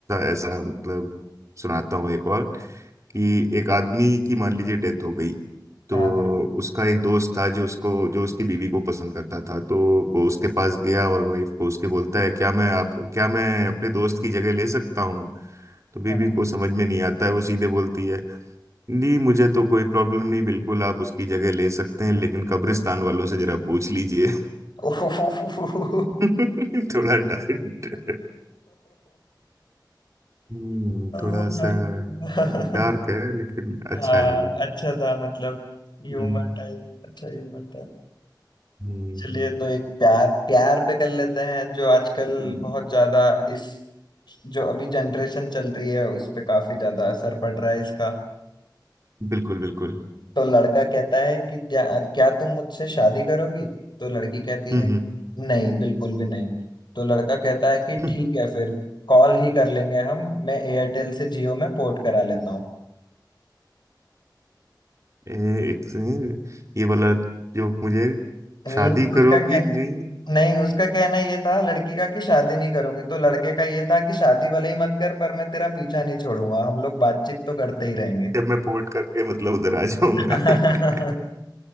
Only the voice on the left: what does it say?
हाँ
हाँ
<laughs> ओहो
माय
हाँ
अच्छा
था मतलब ह्यूमर
टाइप अच्छा ह्यूमर था
चलिए तो एक प्यार प्यार पे कर लेते हैं जो आजकल
बहुत ज्यादा इस जो अभी जनरेशन चल रही है उस पे काफी ज्यादा असर पड़ रहा है इसका
तो लड़का कहता है कि क्या क्या तुम मुझसे शादी करोगी तो लड़की कहती
है नहीं बिल्कुल भी नहीं तो लड़का कहता है कि
ठीक है फिर कॉल ही कर लेंगे हम मैं एयरटेल से जियो में पोर्ट करा लेता हूँ
मीन
उसका कह
नहीं उसका कहना ये था लड़की का कि शादी नहीं करूंगी तो लड़के का ये था कि शादी भले ही मत कर पर मैं तेरा पीछा नहीं छोड़ूंगा हम लोग बातचीत तो करते ही रहेंगे
<laughs>